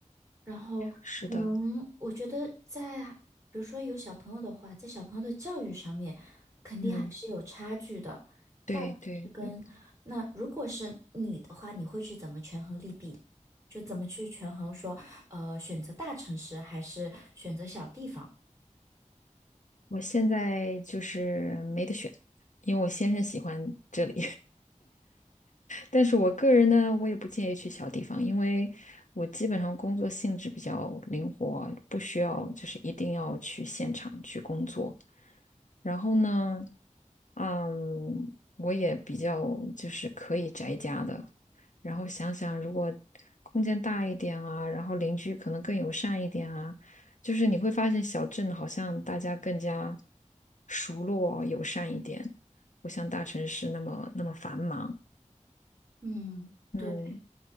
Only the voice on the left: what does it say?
是的，
嗯，对对对，
我现在就是没得选，因为我先生喜欢这里。但是我个人呢，我也不建议去小地方，因为我基本上工作性质比较灵活，不需要就是一定要去现场去工作。然后呢，嗯，我也比较就是可以宅家的。然后想想，如果空间大一点啊，然后邻居可能更友善一点啊，就是你会发现小镇好像大家更加熟络友善一点，不像大城市那么那么繁忙。
嗯。